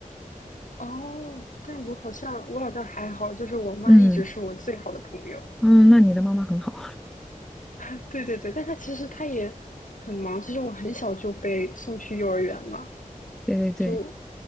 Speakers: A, on the left; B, in the centre.
A: 哦，但我好像我好像还好，就是我妈一直是我最好的朋友。
B: 嗯嗯，那你的妈妈很好，
A: <laughs> 对对对，但她其实她也很忙。其实我很小就被送去幼儿园了，
B: <laughs> 对对对，
A: 就